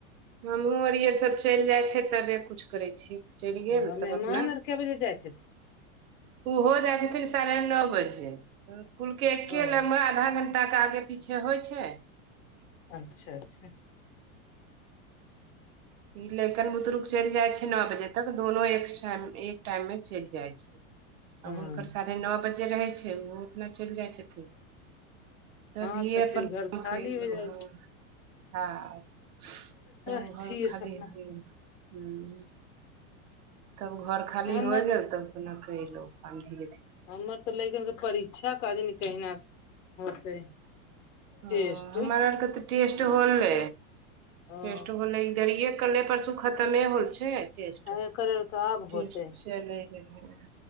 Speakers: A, on the right; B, on the left.
A: हमहूँ आर य सब चलि जाइ छै तबे कुछु करै छी चलि
B: रह
A: गेल तब
B: मेहमान
A: अपना
B: आर कै बजे जाइ छथिन
A: ओहो जाइ छथिन साढ़े नओ बजे कुलके एके
B: ओ
A: लगब आधा घंटा आहा के आगे पीछे होइ छै
B: अच्छा अच्छा
A: ई लकन बुतरुक चलि जाय छै नओ बजे तक दोनो एक टाइ एक टाइम में चल जाय छै <unintelligible> आ
B: हँ
A: हुनकर साढ़े नओ बजे रहै छै ओहो अपना चलि जाइ छथिन तभिए
B: हँ तऽ
A: अपन
B: फिर घर
A: काम
B: खाली
A: कलहुँ
B: हो जाइ
A: हू
B: छै
A: हँ त
B: स्थिर
A: ओ खाली
B: से अपना
A: <unintelligible> तब घर खाली
B: हमर
A: होइ गेल तब केना केलहूँ धीरे धीरे
B: हमर तऽ लेय कनके परीक्षा क कारण कहिना होतै
A: ह
B: टेस्ट
A: हमर आरके तऽ टेस्ट होलै
B: ओ
A: टेष्ट होलै इधरिये कल्ले परसू खतमे होल छै टेस्ट
B: एकर आब होतै
A: टेस्ट चलै रहे <inaudible>